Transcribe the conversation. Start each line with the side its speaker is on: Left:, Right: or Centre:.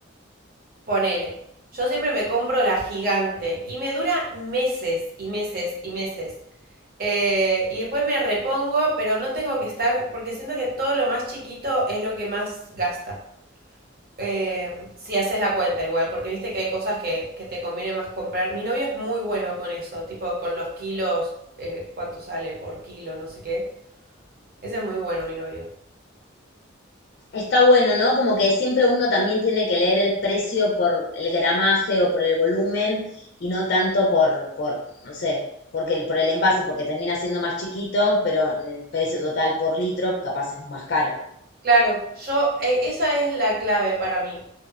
Right: ponele. Yo siempre me compro la gigante y me dura meses y meses y meses. Eh, y después me repongo, pero no tengo que estar, porque siento que todo lo más chiquito es lo que más gasta. Eh, si haces la cuenta igual, porque viste que hay cosas que, que te conviene más comprar. Mi novio es muy bueno con eso, tipo con los kilos, eh, cuánto sale por kilo, no sé qué. Ese es muy bueno, mi novio.
Left: Está bueno, ¿no? Como que siempre uno también tiene que leer el precio por el gramaje o por el volumen y no tanto por, por, no sé, porque el, por el envase, porque termina siendo más chiquito, pero el precio total por litro capaz es más caro.
Right: Claro, yo, eh, esa es la clave para mí.